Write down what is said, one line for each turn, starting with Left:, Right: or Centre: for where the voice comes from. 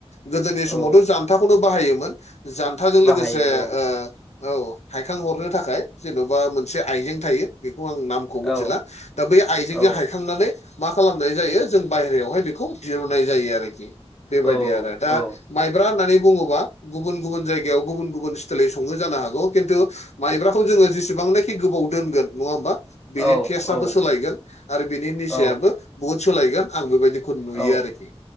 Left: गोदोनि
Centre: औ
Left: समावथ' जान्थाखौनो बाहायोमोन जानथाजों
Centre: बाहायो
Left: लोगोसे
Centre: औ
Left: औ हायखां हरनो थाखाय जेन'बा मोनसे आइजें थायो बेखौ आं नामखौ मिथिला
Centre: ओ औ
Left: दा बै आइजेंजों
Centre: औ
Left: हायखांनानै मा खालामनाय जायो जों बायेरायावहाय बेखौ दिहुननाय जायो आरोखि बेबायदि
Centre: औ
Left: आरो दा माइब्रा होननानै बुङोबा गुबुन गुबुन जायगायाव गुबुन गुबुन स्टेलै संङो जानो हागौ खिन्थु माइब्राखौ जोङो जेसेबांनाखि गोबाव दोनगोन नङा होमबा बिनि
Centre: औ
Left: टेस्टआबो सोलायगोन आरो बिनि निसायाबो
Centre: औ
Left: बहुद सोलायगोन आं बेबायदि नुयो
Centre: औ
Left: आरोखि